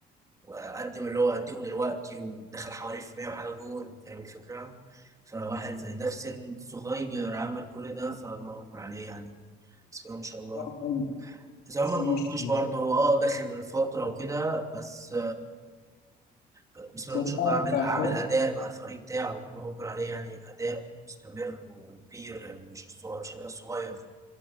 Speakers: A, on the right (about 20°); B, on the left (about 70°).
A: وقدم اللي هو قدمه دلوقتي ودخل حوالي في 100 وحاجة جول فاهم الفكرة؟ فواحد زي ده في سن صغير عمل كل ده فالله أكبر عليه يعني بسم الله ما شاء الله
B: اه فعلا
A: زي عمر
B: بسم الله
A: مرموش
B: ما شاء الله
A: برضه هو اه داخل من فترة وكده بس آه، بسم
B: بس
A: الله
B: هو
A: ما شاء
B: قاعد
A: الله عامل
B: بقى-
A: عامل أداء مع الفريق بتاعه بنقول عليه يعني أداء مستمر وكبير يعني مش صغير مش أداء صغير